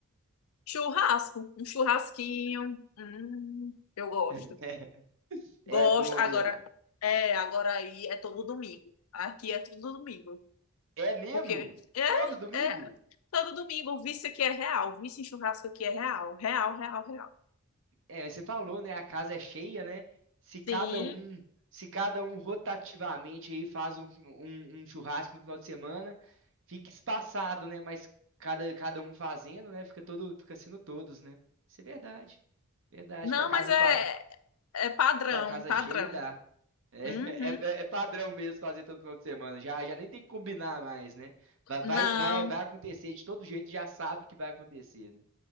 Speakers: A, on the left (about 75°); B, on the right (about 60°).
A: churrasco, um churrasquinho. Hum, eu gosto.
B: <laughs> É
A: Gosto.
B: bom
A: Agora,
B: mesmo.
A: é, agora aí é todo domingo. Aqui é todo domingo.
B: É mesmo?
A: Porque é,
B: Todo domingo?
A: é todo domingo, o vício aqui é real, o vício em churrasco aqui é real, real, real, real.
B: É, você falou, né? A casa é cheia, né? Se cada
A: Sim.
B: um, se cada um rotativamente aí faz um, um- um churrasco no final de semana, fica espaçado, né? Mas cada, cada um fazendo, né? Fica todo, fica sendo todos, né? Isso é verdade. Verdade.
A: Não,
B: Com a casa,
A: mas é,
B: com a,
A: é padrão,
B: com a casa
A: padrão.
B: cheia dá. É, <laughs>
A: Uhum.
B: é, é padrão mesmo fazer todo final de semana. Já, já nem tem que combinar mais, né? Vai, vai,
A: Não.
B: vai vai acontecer de todo jeito, já sabe que vai acontecer, né?